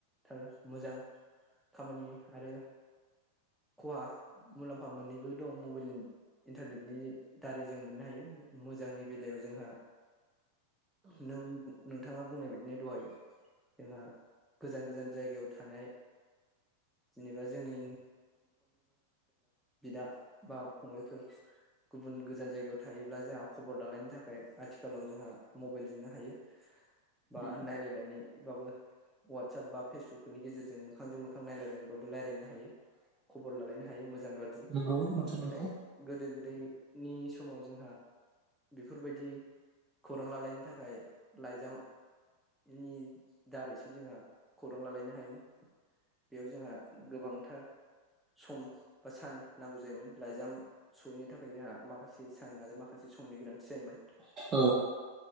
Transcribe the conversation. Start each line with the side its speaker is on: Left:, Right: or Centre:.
Centre: थार मोजां खामानि आरो खहा मुलाम्फा मोननैबो दं मबाइल इन्टारनेटनि दारै जों मोननो हायो। मोजांनि बेलायाव जोंहा नों नोंथाङा बुंनाय बदिनो दहाय जोंहा गोजान गोजान जायगायाव थानाय जेनेबा जोंनि न गुबुन गोजान जायगायाव थायोब्ला जोंहा खबर लालायनो थाखाय आथिखालाव जोंहा मबाइलजोंनो हायो बा
Right: उम
Centre: नायलायलायनायबाबो। वाटसाप बा फेसबुकफोरनि गेजेरजों मोखांजों मोखां नायलायनानैबाबो रायलायनो हायो। खबर लालायनो हायो मोजां गाज्रि
Right: नंगौ नोंथां
Centre: नाथाय
Right: नंगौ
Centre: गोदो गोदाय नि समाव जोंहा बेफोरबायदि खौरां लालायनो थाखाय लाइजाम नि दारैसो जोंहा खौरां लालायनो हायोमोन बेयाव जोंहा गोबांथार सम सान नांगौ जायोमोन लाइजाम सहैनो थाखाय जोंहा माखासे सान आरो माखासे समनि गोनांथि जायोमोन।
Right: औ